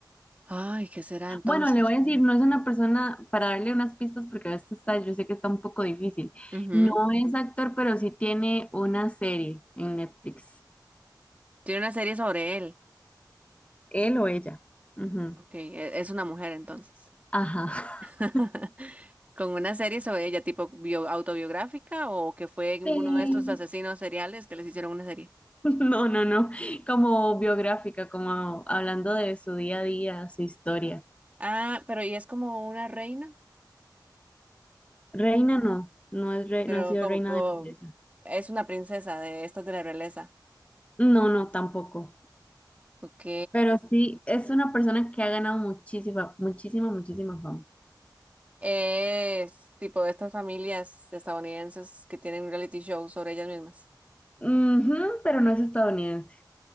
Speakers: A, on the right; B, on the left.
A: Ay, ¿qué será entonces?
B: Bueno, le voy a decir, no es una persona, para darle unas pistas, porque a veces está, yo sé que está un poco difícil.
A: Ujú.
B: No es actor, pero sí tiene una serie en Netflix.
A: Tiene una serie sobre él.
B: Él o ella. Ujú.
A: Ok. e- Es una mujer entonces.
B: Ajá. <laughs>
A: <laughs> Con una serie sobre ella, tipo bio- autobiográfica, o que fue uno
B: Sí.
A: de estos asesinos seriales que les hicieron una serie.
B: No, no, no, como biográfica, como hablando de su día a día, su historia.
A: Ah, pero y es como una reina,
B: Reina no, no es re-
A: pero
B: no ha sido
A: como,
B: reina
A: po-
B: de belleza.
A: es una princesa de estas de la realeza.
B: No, no, tampoco.
A: Ok.
B: Pero sí, es una persona que ha ganado muchísima, muchísima, muchísima fama.
A: Es tipo de estas familias estadounidenses que tienen un reality show sobre ellas mismas.
B: Ujú, pero no es estadounidense.